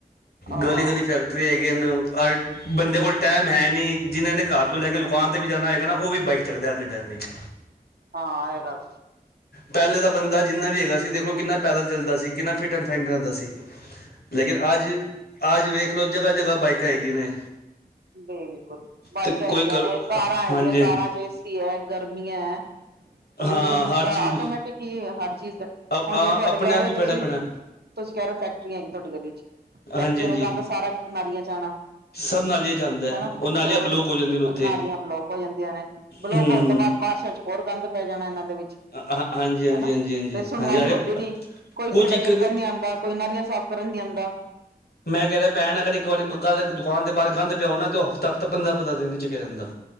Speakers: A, on the right; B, on the left.
A: ਹਾਂ
B: ਗਲੀ ਗਲੀ ਫੈਕਟਰੀ <unintelligible> ਬੰਦੇ ਕੋਲ ਟਾਈਮ ਹੈ ਨਹੀਂ ਜਿਨ੍ਹਾਂ ਨੇ ਘਰ ਤੋਂ ਲੈ ਕੇ ਦੁਕਾਨ 'ਤੇ ਵੀ ਜਾਣਾ ਹੈਏਗਾ ਨਾ ਉਹ ਵੀ ਬਾਈਕ ਚੱਕਦਾ ਅੱਜ ਦੇ ਟਾਈਮ ਵਿੱਚ
A: <inaudible> ਇਹ ਗੱਲ
B: ਪਹਿਲੇ ਦਾ ਬੰਦਾ ਜਿੰਨਾ ਵੀ ਹੈਗਾ ਸੀ ਦੇਖੋ ਕਿੰਨਾ ਪੈਦਲ ਚੱਲਦਾ ਸੀ। ਕਿੰਨਾ ਫਿੱਟ ਐਂਡ ਫਾਈਨ ਰਹਿੰਦਾ ਸੀ। ਲੇਕਿਨ ਅੱਜ ਆਜ ਵੇਖ ਲੋ ਜਗ੍ਹਾ-ਜਗ੍ਹਾ ਬਾਈਕਾਂ ਹੈਗੀਆਂ ਨੇ
A: ਬਿਲਕੁਲ ਬਾਈਕ
B: ਤੇ
A: ਹੈਗੀਆਂ
B: ਕੋਈ ਕਰ
A: ਨੇ ਕਾਰਾਂ ਹੈਗੀਆਂ
B: ਹਾਂਜੀ ਹਾਂਜੀ।
A: ਕਾਰਾਂ ਚ ਏਸੀ ਹੈ ਗਰਮੀਆਂ ਹੈ। ਪੋਲਿਊਸ਼ਨ
B: ਹਾਂ ਹਰ
A: ਤਾਂ
B: ਚੀਜ਼
A: ਆਟੋਮੈਟਿਕ ਹੀ ਹਰ ਚੀਜ਼ ਦਾ।
B: ਅ-
A: ਹੁਣ
B: ਆ-
A: ਜਿਵੇਂ ਤੁਹਾਡੇ
B: ਆਪਣੇ
A: ਕਹਿ
B: ਆਪ
A: ਰਹੇ ਹੋ।
B: ਹੀ ਪੈਣਾ
A: ਤੁਸੀਂ
B: ਪੈਣਾ
A: ਤੁਸੀਂ ਕਹਿ ਰਹੇ ਹੋ ਫੈਕਟਰੀਆਂ ਤੁਹਾਡੀ ਗਲੀ ਚ ਫੈਕਟਰੀਆਂ
B: ਹਾਂਜੀ ਹਾਂਜੀ
A: ਦਾ ਗੰਦ ਸਾਰਾ ਨਾਲੀਆਂ ਚ ਆਣਾ
B: ਸਭ ਨਾਲੀਆਂ 'ਚ ਆਉਂਦਾ
A: ਹੈਣਾ
B: ਹੈ ਉਹ ਨਾਲੀਆਂ
A: ਔਰ
B: ਬਲੋਕ ਹੋ ਜਾਂਦੀਆਂ ਨੇ ਉੱਥੇ
A: ਨਾਲੀਆਂ ਬਲੋਕ ਹੋ ਜਾਂਦੀਆਂ ਨੇ ਬਲੋਕ
B: ਹੂੰ
A: ਹੋਣ ਤੋਂ ਬਾਅਦ ਬਾਰਿਸ਼ਾਂ ਚ ਹੋਰ ਗੰਦ ਪੈ ਜਾਣਾ ਇਹਨਾਂ ਦੇ ਵਿੱਚ
B: ਅ- ਹਾਂ- ਹਾਂਜੀ ਹਾਂਜੀ
A: ਹਨਾ
B: ਹਾਂਜੀ ਹਾਂਜੀ
A: ਤੇ ਸੁਣਵਾਈ
B: ਹਾਂਜੀ ਅਰੇ
A: ਹੁੰਦੀ ਨੀ ਕੋਈ
B: ਕੁਝ
A: ਕੂੜਾ
B: ਇੱਕ
A: ਚੁੱਕਣ
B: ਰੁਪਏ
A: ਨੀ ਆਦਾ ਕੋਈ ਨਾਲੀਆ ਸਾਫ਼ ਕਰਨ ਨੀ ਆਦਾ।
B: ਮੈਂ ਕਹਿ ਰਿਹਾ ਭੈਣ ਨਾ ਅਗਰ ਇੱਕ ਵਾਰੀ ਗੱਲ ਦੁਕਾਨ ਦੇ ਬਾਹਰ ਗੰਦ ਪਿਆ ਹੋ ਨਾ ਤੇ ਉਹ ਹਫ਼ਤਾ-ਹਫ਼ਤਾ ਪੰਦਰਾ-ਪੰਦਰਾਂ ਦਿਨ ਹੀ ਚੱਕਿਆ ਜਾਂਦਾ।